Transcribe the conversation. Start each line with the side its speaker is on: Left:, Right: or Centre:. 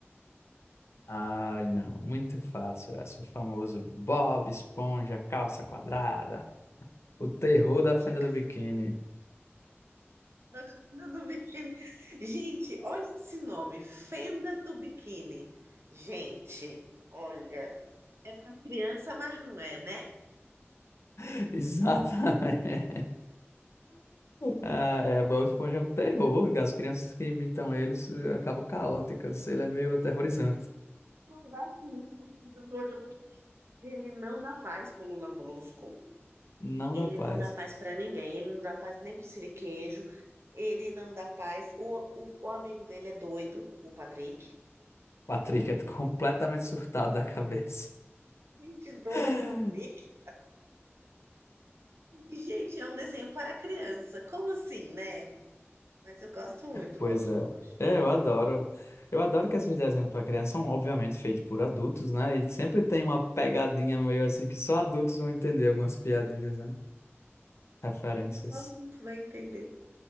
Left: Ai, não, muito fácil essa. O famoso Bob Esponja, calça quadrada.
Right: Bob
Left: O terror
Right: Esponja,
Left: da fenda do
Right: caça-padrão.
Left: biquíni.
Right: Fenda do biquíni. Gente, olha esse nome, Fenda do Biquíni. Gente, olha, é para criança, mas não é, né?
Left: <laughs> Exatamente. Ah, é, Bob Esponja é um terror. As crianças que imitam eles eh, acabam caóticas. Ele é meio aterrorizante.
Right: Não dá. Então, um Ele não dá paz pro Lula Molusco.
Left: Não
Right: Ele
Left: dá paz.
Right: não dá paz pra ninguém. Ele não dá paz nem pro Siriquejo. Ele não dá paz. O, o, o amigo dele é doido, o Patrick.
Left: Patrick é completamente surtado da cabeça.
Right: Gente, doido,
Left: <laughs>
Right: o Patrick. E, gente, é um desenho para criança. Como assim, né? Mas eu gosto muito
Left: Pois
Right: do Bob Esponja.
Left: é. É, eu adoro. Eu adoro que esses desenhos para criança são obviamente feitos por adultos, né? E sempre tem uma pegadinha meio assim que só adultos vão entender algumas piadinhas, né? Referências.
Right: gente só adulto vai entender.